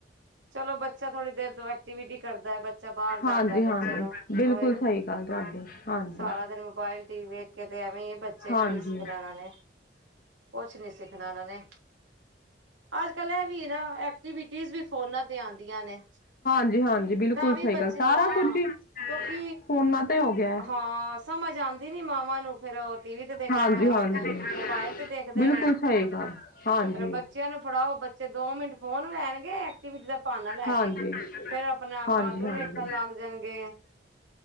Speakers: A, on the right; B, on the left.
A: ਚਲੋ ਬੱਚਾ ਥੋੜ੍ਹੀ ਦੇਰ ਤੋਂ ਐਕਟੀਵਿਟੀ ਕਰਦਾ ਬੱਚਾ ਬਾਰ ਜਾਦਾ
B: ਹਾਂਜੀ ਹਾਂਜੀ
A: ਬੱਚੇ ਨੂੰ
B: ਬਿਲਕੁਲ
A: ਉਹੀ
B: ਸਈ ਗੱਲ ਤੁਆਡੀ ਹਾਂਜੀ।
A: ਸਾਰਾ ਦਿਨ ਮੋਬਾਇਲ ਟੀ ਵੇਖ ਕੇ ਤੇ ਐਵੇ ਬੱਚੇ
B: ਹਾਂਜੀ
A: ਕੀ ਸਿੱਖਣਾ ਏਨਾਂ ਨੇ ਕੁਛ ਨੀ ਸਿੱਖਣਾ ਏਨਾਂ ਨੇ ਅੱਜ-ਕੱਲ ਏਵੀ ਏ ਨਾ ਐਕਟੀਵਿਟੀਜ ਵੀ ਫੋਨਾ ਤੇ ਆਂਦੀਆਂ ਨੇ
B: ਹਾਂਜੀ-ਹਾਂਜੀ ਬਿਲਕੁਲ
A: ਤਾਂ ਵੀ
B: ਸਈ
A: ਬੱਚੇ
B: ਗੱਲ ਸਾਰਾ
A: ਹਾਂ
B: ਕੁਝ ਈ
A: ਕਿਉਂਕਿ
B: ਫੋਨਾ ਤੇ ਹੋ ਗਿਆ ਹੈ।
A: ਹਾਂ ਸਮਝ ਆਂਦੀ ਨੀ ਮਾਵਾਂ ਨੂੰ ਫੇਰ ਓ ਟੀ ਵੀ ਤੇ ਦੇਖਣਾ
B: ਹਾਂਜੀ
A: ਪੈ ਤੇ
B: ਹਾਂਜੀ
A: ਹੋਤੇ ਮੋਬਾਇਲ ਤੇ ਦੇਖਦੇ
B: ਬਿਲਕੁਲ
A: ਨੇ
B: ਸਹੀ ਗੱਲ ਹਾਂਜੀ।
A: ਫੇਰ ਬੱਚਿਆਂ ਨੂੰ ਫੜਾਓ ਬੱਚੇ ਦੋ ਮਿੰਟ ਫੋਨ ਲੈਣਗੇ ਐਕਟੀਵਿਟੀ ਦਾ ਭਾਨਾ ਲੈ
B: ਹਾਂਜੀ
A: ਕੇ ਫੇਰ ਆਪਣਾ
B: ਹਾਂਜੀ
A: ਕਾਰਟੂਨ
B: ਹਾਂਜੀ
A: ਵੇਖਣ ਲੱਗ ਜਾਣਗੇ